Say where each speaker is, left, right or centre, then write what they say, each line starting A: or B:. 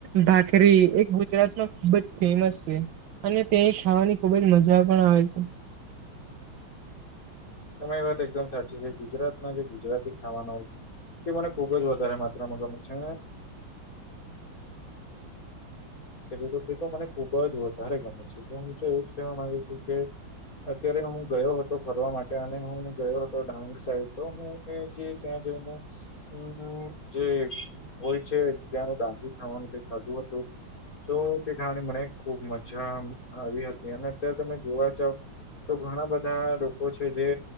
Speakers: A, on the right; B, on the left.
A: ભાખરી એ ગુજરાતમાં ખૂબ જ. ફેમસ છે અને તે ખાવાની ખુબ જ મજા પણ આવે છે.
B: તમારી વાત એકદમ સાચી છે ગુજરાતના જે ગુજરાતી ખાવાના. એ મને ખુબ જ વધારે માત્રામાં ગમે છે અને. કહુ તો તે તો મને ખુબ જ વધારે ગમે છે તો હું તો એવું જ કહેવા માંગુ છું કે. અત્યારે હું ગયો હતો ફરવા માટે અને હું ગયો હતો ડાંગ સાઈડ તો હું કે જે ત્યાં જઈને હમ જે હોય છે ત્યાં ડાંગનુ ખાવાનું તે ખાધું હતું તો તે ખાવાની મને ખુબ મજા આવી હતી અને અત્યારે તમે જોવા જાવ તો ઘણા બધા લોકો છે જે